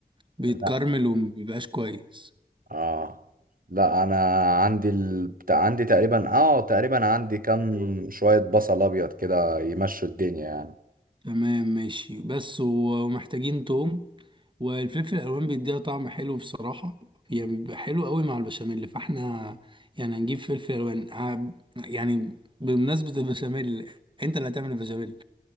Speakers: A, on the right; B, on the right.
A: بيتكرمل
B: لا
A: ومبيبقاش كويس
B: اه لا انا عندي ال... بتاع- عندي تقريبا اه تقريبا عندي كام شويه بصل ابيض كده يمشوا الدنيا يعني
A: تمام ماشي بس و- ومحتاجين توم والفلفل الالوان بيديها طعم حلو بصراحه يعني بيبقى حلو قوي مع البشاميل فاحنا يعني هنجيب فلفل الوان ع- يعني بمناسبه البشاميل انت اللي هتعمل البشاميل